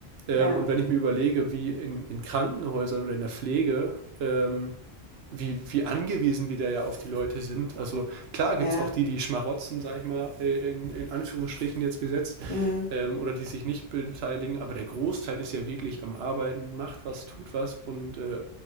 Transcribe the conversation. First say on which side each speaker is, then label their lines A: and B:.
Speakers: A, on the right (about 75°); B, on the right (about 20°).
A: Ähm,
B: ja,
A: und wenn ich mir überlege, wie in, in Krankenhäusern oder in der Pflege, ähm, wie, wie angewiesen wir da ja auf die Leute sind. Also klar gibt
B: ja,
A: es auch die, die schmarotzen, sag ich mal, äh, in, in Anführungsstrichen jetzt gesetzt,
B: mm,
A: ähm, oder die sich nicht beteiligen, aber der Großteil ist ja wirklich am Arbeiten, macht was, tut was und äh,